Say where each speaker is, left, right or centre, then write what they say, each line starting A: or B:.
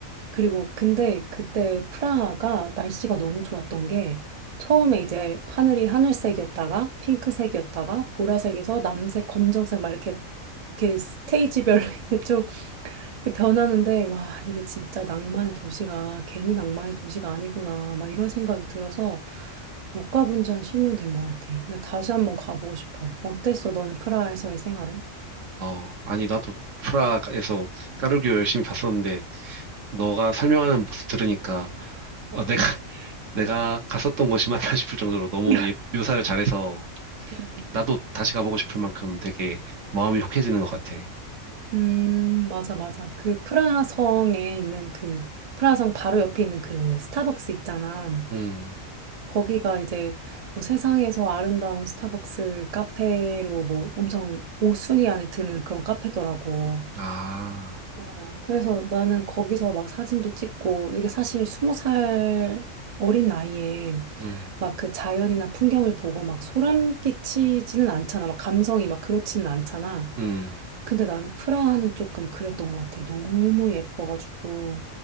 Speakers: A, on the right; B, on the right.
A: 그리고 근데 그때 프라하가 날씨가 너무 좋았던 게 처음에 이제 하늘이 하늘색이었다가 핑크색이었다가 보라색에서 남색, 검정색 막 이렇게 이렇게 스테이지별로 <laughs> 이렇게 좀 이렇게 변하는데 와 이게 진짜 낭만의 도시가 괜히 낭만의 도시가 아니구나 막 이런 생각이 들어서 못 가본 지 한 10년 된 것 같아. 근데 다시 한번 가보고 싶어. 어땠어? 너는 프라하에서의 생활은?
B: 아, 아니, 나도 프라하에서 까르기오 열심히 봤었는데, 너가 설명하는 모습 들으니까, 어, 내가, <laughs> 내가 갔었던 곳이 맞나 싶을 정도로 너무
A: <laughs>
B: 예- 묘사를 잘해서,
A: 음.
B: 나도 다시 가보고 싶을 만큼 되게 마음이 혹해지는 것 같아.
A: 음, 맞아, 맞아. 그 프라하성에 있는 그, 프라하성 바로 옆에 있는 그 스타벅스 있잖아.
B: 음,
A: 거기가 이제 뭐 세상에서 아름다운 스타벅스 카페로 뭐 엄청 5순위 안에 드는 그런 카페더라고.
B: 아,
A: 어, 그래서 나는 거기서 막 사진도 찍고, 이게 사실 20살 어린 나이에
B: 음,
A: 막 그 자연이나 풍경을 보고 막 소름 끼치지는 않잖아. 막 감성이 막 그렇지는 않잖아.
B: 음,
A: 근데 나는 프라하는 조금 그랬던 것 같아. 너무 예뻐가지고